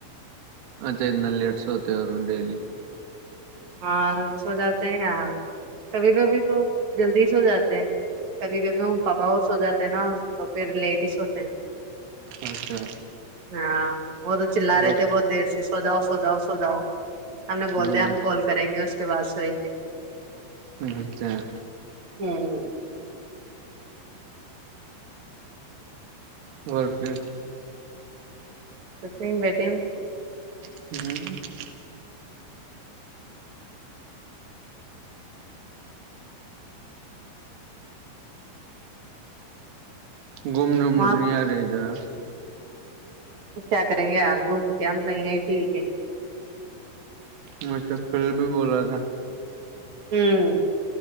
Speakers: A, on the right; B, on the right.
A: اچھا اتنا لیٹ سے ہوتے اور ڈیلی
B: ہ سھو جاتے ہیں یار کبھی کبھی تو جلدی چھو جاتے ہیں کبھی کبھی وہ پاپا اور سو جاتے ہیں نا تو پھر لیڈیز ہوتے ہیں
A: اچھا
B: ہاں وہ تو چلا
A: اور
B: رہے تھے بہت دیر سے سوجاؤ سوجاؤ سوجاؤ ہم نے بول
A: ہ
B: دیا ہم کال کریں گے اس کے بعد سوئیں گے
A: اچھا <unintelligible>
B: ہوں
A: گول پہ
B: توسم بیٹم
A: ہوں <unintelligible> گوم ڈوم ن
B: آپ
A: ن آارھرا
B: کیا کریں گے یار گھوم کے ہم کہ چیک
A: میں چ کل بھی بولا تھا <unintelligible>
B: ہوں